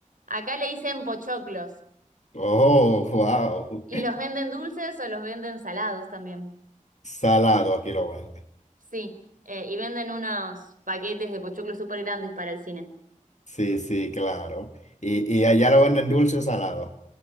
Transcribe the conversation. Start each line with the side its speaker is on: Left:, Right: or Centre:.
Right: Acá le dicen pochoclos.
Left: Oh, wow.
Right: ¿Y los venden dulces o los venden salados también?
Left: Salado aquí lo venden.
Right: Sí, eh, y venden unos paquetes de pochoclos súper grandes para el cine.
Left: Sí, sí, claro. Y, y allá lo venden dulce o salado.